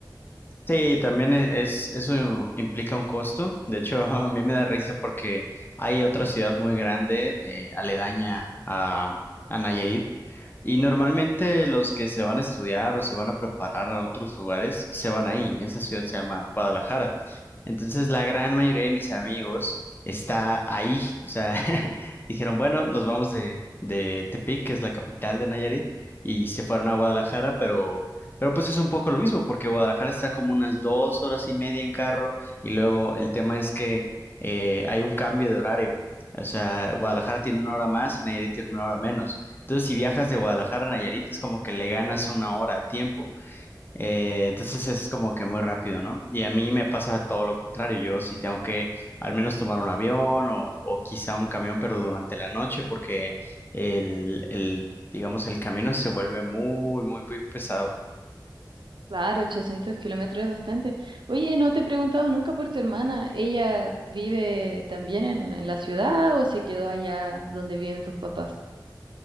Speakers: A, on the left (about 25°); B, on the right (about 85°).
A: Sí, también e- es, eso implica un costo. De hecho, <laughs> a mí me da risa porque hay otra ciudad muy grande, eh, aledaña a, a Nayarit, y normalmente los que se van a estudiar o se van a preparar a otros lugares se van ahí. Esa ciudad se llama Guadalajara. Entonces, la gran mayoría de mis amigos está ahí. O sea, <laughs> dijeron, bueno, nos vamos de, de Tepic, que es la capital de Nayarit, y se fueron a Guadalajara, pero pero pues es un poco lo mismo, porque Guadalajara está como unas dos horas y media en carro y luego el tema es que eh, hay un cambio de horario. O sea, Guadalajara tiene una hora más y Nayarit tiene una hora menos. Entonces, si viajas de Guadalajara a Nayarit, es como que le ganas una hora al tiempo. Eh, entonces, es como que muy rápido, ¿no? Y a mí me pasa todo lo contrario. Yo sí tengo que al menos tomar un avión o, o quizá un camión, pero durante la noche, porque el, el, digamos, el camino se vuelve muy, muy, muy pesado.
B: Claro, 800 kilómetros es bastante. Oye, no te he preguntado nunca por tu hermana. ¿Ella vive también en, en la ciudad o se quedó allá donde viven tus papás?